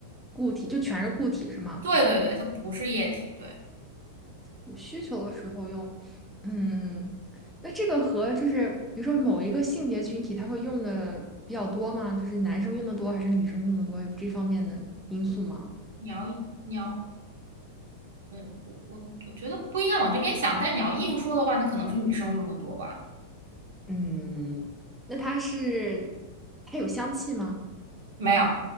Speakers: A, in the centre; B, on the right.
A: 固体就全是固体是吗？
B: 对对对，它不是液体，对，
A: 有需求的时候用。嗯，那这个和就是比如说某一个性别群体，他会用的比较多吗？就是男生用的多还是女生用的多？有这方面的因素吗？
B: 你要你要，嗯，我我我觉得不应该往这边想，但你要硬说的话，那可能是女生用的多吧。
A: 嗯，那它是它有香气吗？
B: 没有，